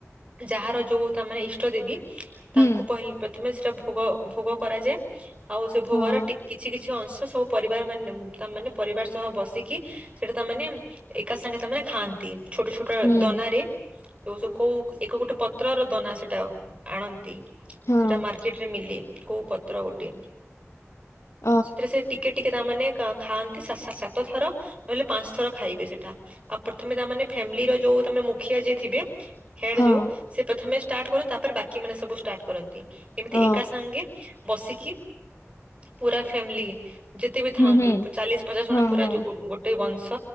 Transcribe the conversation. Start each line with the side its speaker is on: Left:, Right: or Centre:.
Right: ଯାହାର ଯୋଉ ତାମାନେ ଇଷ୍ଟ ଦେବୀ ତାଙ୍କୁ
Left: ହୁଁ
Right: ପହିଲି ପ୍ର ପ୍ରଥମେ ସେଟା ଭୋଗ ଭୋଗ କରାଯାଏ ଆଉ ସେ ଭୋଗର
Left: ହଁ
Right: ଟି କିଛି କିଛି ଅଂଶ ସବୁ ପରିବାର ମାନେ ତା ମାନେ ପରିବାର ସହ ବସିକି ସେଟା ତାମାନେ ଏକା ସାଙ୍ଗେ ତାମାନେ ଖାଆନ୍ତି। ଛୋଟ ଛୋଟ
Left: ହୁଁ
Right: ଦନା ରେ ଯୋଉ ଯୋଉ କୋଉ ଏକ ଗୋଟେ ପତ୍ର ର ଦନା ସେଟା ଆଣନ୍ତି
Left: ହଁ
Right: ସେଟା ମାର୍କେଟରେ ମିଲେ। କୋଉ ପତ୍ର ଗୋଟେ।
Left: ହ
Right: ସେଥିରେ ସେ ଟିକେ ଟିକେ ତାମାନେ ଖାଆନ୍ତି ସା ସାତ ଥର ନହେଲେ ପାଞ୍ଚ ଥର ଖାଇବେ ସେଟା। ଆଉ ପ୍ରଥମେ ତାମାନେ ଫ୍ୟାମିଲି ର ଯୋଉ ତମେ ମୁଖିଆ ଯିଏ ଥିବେ ହେଡ୍
Left: ହଁ
Right: ଯୋଉ ସେ ପ୍ରଥମେ ଷ୍ଟାର୍ଟ କରନ୍ତି ତାପରେ ବାକି ମାନେ ସବୁ ଷ୍ଟାର୍ଟ କରନ୍ତି ଏମିତି
Left: ଓ
Right: ଏକା ସାଙ୍ଗେ ବସିକି ପୁରା ଫ୍ୟାମିଲି ଯେତେ ବି ଥାଆନ୍ତୁ
Left: ହୁଁ ହୁଁ
Right: ଚାଲିଶ ପଚାଶ ଖଣ୍ଡା
Left: ହଁ
Right: ପୁରା
Left: ହଁ
Right: ଯୋଉ ଗୋଟେ ବଂଶ